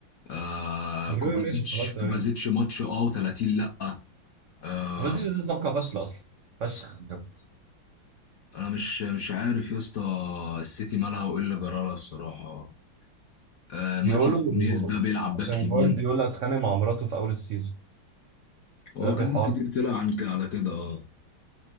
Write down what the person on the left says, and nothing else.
آه
كوفازيتش
كوفازيتش ماتش اه و30 لا آه
انا مش مش عارف يا اسطى السيتي مالها وايه اللي جرالها الصراحه آه
ماتيو نونيز ده بيلعب
باك يمين
هو
كلام
كتير طلع عن على كده اه